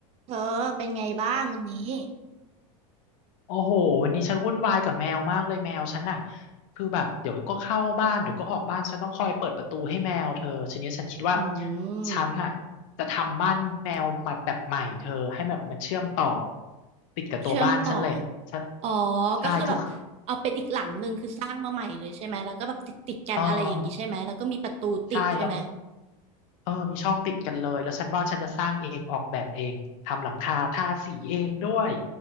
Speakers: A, on the right; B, on the left.
A: เธอเป็นไงบ้างวันนี้
B: โอ้โหวันนี้ฉันวุ่นวายกับแมวมากเลยแมวฉันน่ะคือแบบเดี๋ยวก็เข้าบ้านเดี๋ยวก็ออกบ้านฉันต้องคอยเปิดประตูให้แมวเธอทีนี้ฉันคิดว่า
A: อืม
B: ฉันอ่ะจะทำบ้านแมวใหม่แบบใหม่เธอให้แบบมันเชื่อมต่อติดกับตัวบ้านฉันเลยฉัน
A: เชื่อมต่ออ๋อ
B: ใช่คือ
A: ก็คือแบบเอาเป็นอีกหลังหนึ่งคือสร้างมาใหม่เลยใช่ไหมแล้วก็แบบติดติดกันอะไรอย่างนี้ใช่ไหมแล้วก็มีประตูติดใช่ไหม
B: เออใช่แล้วเออมีช่องติดกันเลยแล้วฉันว่าฉันจะสร้างเองออกแบบเองทำหลังคาทาสีเองด้วย